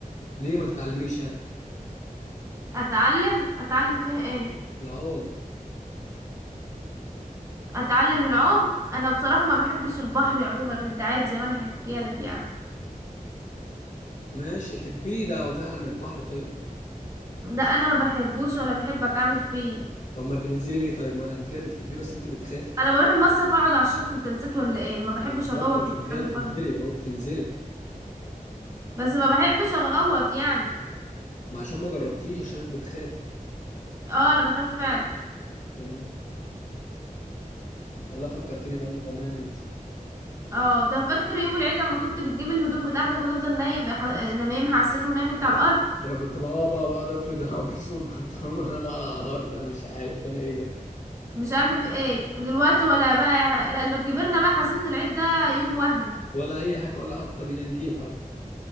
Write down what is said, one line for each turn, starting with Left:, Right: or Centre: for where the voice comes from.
Left: ليه ما تتعلميش يعني
Right: اتعلم اتعلم فيها ايه
Left: العوم
Right: اتعلم العوم انا بصراحة ما بحبش البحر عموما انت عارف زي ما انا حكيت لك يعني
Left: ماشي حبيه ده وفي أحلى من البحر طيب
Right: ده انا ما بحبوش ولا بحب اتعامل فيه
Left: طب ما بتنزلي ليه طيب ما أنت كده بتحبيه بس أنت بتخافي
Right: انا بروح المصيف اقعد على الشط انت نسيت ولا ايه ما بحبش
Left: مش
Right: اغوط
Left: شرط لما
Right: والكلام
Left: أنت كده بتنزلي
Right: الفاضي ده
Left: أهو بتنزلي
Right: بس ما بحبش اغوط يعني
Left: ما عشان ما جربتيش عشان بتخافي
Right: اه انا بخاف فعلا
Left: امم والله فكرتني بأيام زمان أنت.
Right: اه ده فاكر يوم العيد لما كنت بتجيب الهدوم بتاعتك وتفضل نايم ح- نايمها على السرير ونايم انت على الارض
Left: ده انا كنت بقى بقى بقعد افرد القميص <laughs> والبنطلون وانا مع على على الارض انا مش عارف انا ايه ده
Right: مش عارفه في ايه دلوقتي ولا بقى لا- لو كبرنا بقى حسينا ان العيد ده يوم وهمي
Left: ولا اي حاجه ولا حتى بينا نجيب حتى